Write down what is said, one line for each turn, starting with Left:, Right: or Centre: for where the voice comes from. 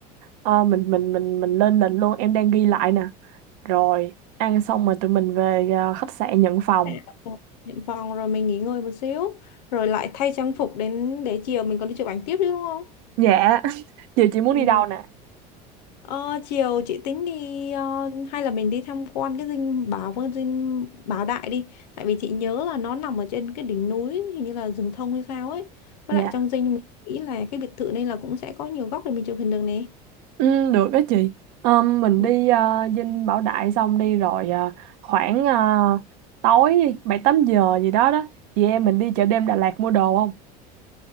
Right: ờ, mình mình mình mình lên lịch luôn em đang ghi lại nè rồi ăn xong rồi tụi mình về à, khách sạn nhận phòng
Left: Dạ. nhận phòng rồi mình nghỉ ngơi một xíu rồi lại thay trang phục đến để chiều mình còn đi chụp ảnh tiếp chứ đúng không
Right: Dạ, <laughs> chị chị muốn
Left: Ừ,
Right: đi đâu nè?
Left: Ờ, chiều chị tính đi ờ, hay là mình đi tham quan cái dinh bảo cái dinh Bảo Đại đi tại vì chị nhớ là nó nằm ở trên cái đỉnh núi hình như là rừng thông hay sao ấy với
Right: Dạ,
Left: lại trong dinh mình nghĩ là cái biệt thự này là cũng sẽ có nhiều góc để mình chụp hình được nè
Right: ừ, được đó chị. Ờm, mình
Left: ừ,
Right: đi ờ, Dinh Bảo Đại xong đi rồi ờ, khoảng ờ, tối bảy tám giờ gì đó đó. Chị em mình đi chợ đêm Đà Lạt mua đồ không?